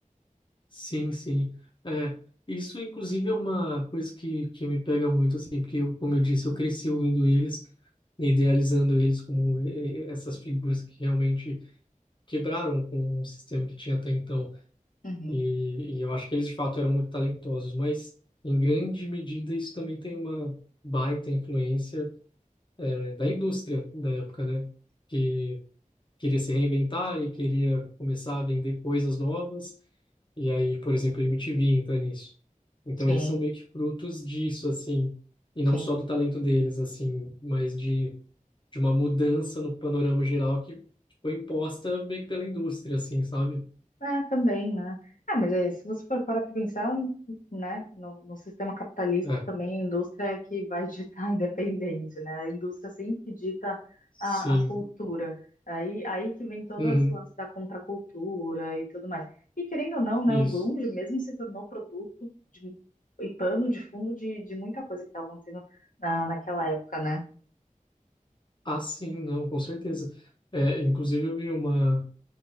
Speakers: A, on the left; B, on the left.
A: Sim, sim. É, isso, inclusive, é uma coisa que, que me pega muito, assim, porque, eu, como eu disse, eu cresci ouvindo eles, idealizando eles como eh, eh, essas figuras que realmente quebraram com o sistema que tinha até então.
B: Uhum.
A: E, e eu acho que eles, de fato, eram muito talentosos, mas, em grande medida, isso também tem uma baita influência, eh, da indústria da época, né? Que queria se reinventar e queria começar a vender coisas novas. E aí, por exemplo, a MTV entra nisso. Então
B: Sim,
A: eles são meio que frutos disso, assim, e não
B: sim.
A: só do talento deles, assim, mas de, de uma mudança no panorama geral que foi imposta meio que pela indústria, assim, sabe?
B: É, também, né? Ah, mas é, se você for parar para pensar, né, no, no sistema capitalista
A: É,
B: também, a indústria é que vai ditar <laughs> independente, né? A indústria sempre dita
A: sim,
B: a, a cultura. Aí, aí que vem todo
A: uhum,
B: esse lance da contracultura e tudo mais. E querendo ou não, né,
A: isso.
B: o grunge mesmo se tornou produto de, e pano de fundo de, de muita coisa que estava acontecendo na, naquela época, né?
A: Ah, sim, não, com certeza. É, inclusive eu vi uma